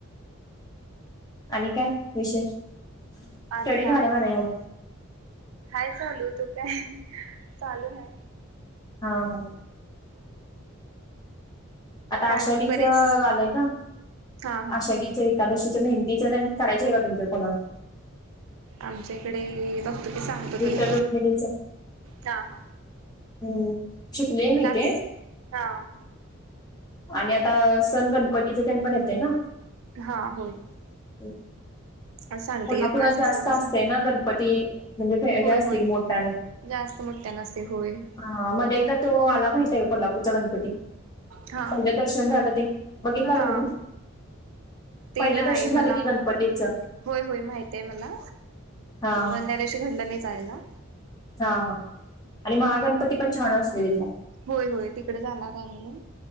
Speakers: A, on the left; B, on the right.
A: आणि काय विशेष
B: आणि
A: स्टडी
B: काय
A: झाला
B: नाही
A: का आज?
B: हाय चालू तू काय चालू आहे.
A: हा हा. आता
B: काय
A: आषाढीचं
B: मग बरेच
A: आलंय ना
B: हा हा
A: आषाढीचा एक एकादशीच्या मेहंदीचा रंग काढायची आहे का तुमच्या कोणाला?
B: आमच्याकडे बघतो की सांगतो
A: विठ्ठल
B: तुला
A: रुक्मिणीचं
B: हा हा.
A: हम्म. शिकले मी
B: क्लास
A: ते
B: हा.
A: आणि आता सण गणपतीचे तेन पण येते ना.
B: हा होय.
A: <unintelligible>
B: सांगते
A: कोल्हापुरात
B: की कुणाचं
A: जास्त
B: असेल तर सांग
A: असतेय ना गणपती म्हणजे हे
B: होय
A: असते
B: होय
A: की मोठ्याना.
B: जास्त मोठ्यानं असतंय, होय.
A: ह मध्ये एकदा तो आला माहितय कोल्हापूरचा गणपती.
B: हा
A: पहिलं दर्शन झालं ते बघित का का
B: हा
A: तुम्ही
B: ते
A: पहिलं
B: नाही
A: दर्शन
B: मला,
A: झालं की गणपतीचं
B: होय-होय माहित आहे मला.
A: हा
B: बंद्या
A: हा
B: दिवशी घडलं नाही जायला.
A: हा हा. आणि मगगणपती पण छान असते तिथला.
B: होय होय तिकडे जाणार आहे मी